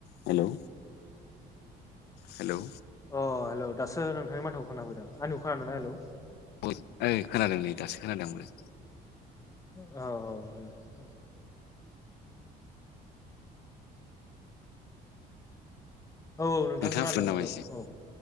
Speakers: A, on the left (about 75°); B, on the left (about 20°).
A: हेल'। हेलौ।
B: अ हेल' दासो नोंथांनि माथोखौ खोना फैदों आंनिखौ खोनादों ना हेलौ।
A: बहुद ओइ खोनादों नै दासो खोनादों आंबो।
B: औ औ औ। औ औ नोंथां
A: नोंथाङा
B: खोनादों
A: फ्रिमोन
B: हेलौ
A: नामा एसे
B: औ